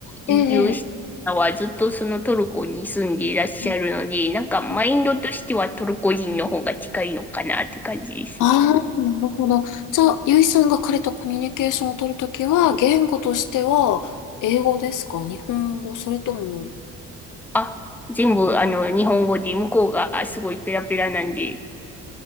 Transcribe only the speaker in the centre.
移住したのはずっとそのトルコに住んでいらっしゃるので、
なんかマインドとしてはトルコ人の方が近いのかなって感じですね。
あ、全部あの、日本語で向こうがすごいペラペラなんで、